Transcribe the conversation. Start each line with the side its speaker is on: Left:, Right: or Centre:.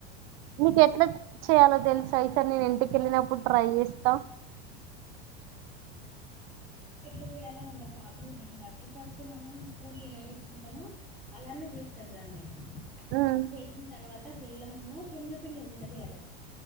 Right: నీకు ఎట్లా చేయాలో తెలుసా ఈ సారి నేను ఇంటికెళ్ళినప్పుడు ట్రై చేస్తాం
Centre: ఎట్లా చేయాలో అంత ప్రాపర్ గా తెలీదండి ఫస్ట్ మనం పూరి ఎలా చేసుకుంటామో అలానే చెస్ సర్ దాన్ని
Right: ఉమ్,
Centre: చేసిన తర్వాత అ బెల్లం ఉన్ను శనగపిండి ఉంటది గదా